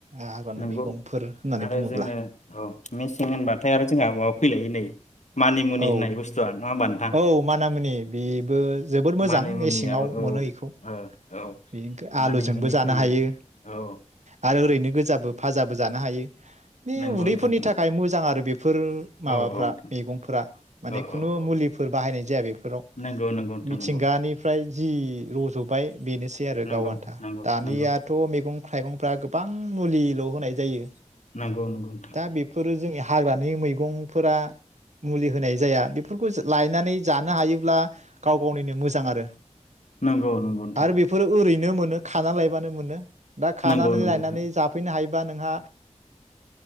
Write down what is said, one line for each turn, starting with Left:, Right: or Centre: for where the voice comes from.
Right: हाग्रानि
Left: नंगौ
Right: मैगंफोर होननानै
Left: आरो
Right: बुङोब्ला
Left: जोङो औ मेसिं होनबाथाय आरो जोंहा माबा फै <unintelligible> मानिमुनि
Right: औ
Left: होननाय बुस्थुआ नङा होनबा
Right: औ मानामुनि बेबो जोबोद मोजां
Left: मानिमुनियाबो
Right: मेसेंआव
Left: औ
Right: मोनो इखौ
Left: औ औ
Right: बेखौ आलुजोंबो
Left: मानिमुनि
Right: जानो
Left: फैयो
Right: हायो।
Left: औ
Right: आरो ओरैनो गोजाबो फाजाबो जानो हायो। बे
Left: नंगौ
Right: उदैफोरनि
Left: नोंथां नंगौ
Right: थाखाय मोजां आरो बेफोर माबाफ्रा
Left: औ औ नोंथां
Right: मेगंफ्रा माने
Left: औ
Right: खुनु
Left: औ औ
Right: मुलि बाहायनाय जाया बेफोराव
Left: नंगौ नंगौ नोंथां
Right: मिथिंगानिफ्राय
Left: नंगौ
Right: जि रज'बाय बेनोसै आरो
Left: नंगौ
Right: गाव आन्था
Left: नंगौ
Right: दानियाथ'
Left: नंगौ
Right: मेगं थाइगंफ्रा गोब बां मुलिल' होनाय जायो
Left: नंगौ नंगौ नोंथां
Right: दा बेफोरो जोंनि हाग्रानि मैगंफोरा मुलि होनाय जाया बेफोरखौ जो लायनानै जानो हायोब्ला गाव गावनिनो मोजां आरो
Left: नंगौ नंगौ नोंथां
Right: आरो बेफोरो ओरैनो मोनो खानानै लायबानो मोनो दा खानानै
Left: नंगौ नंगौ
Right: लायनानै
Left: नोंथां
Right: जाफैनो हायो। बा नोंहा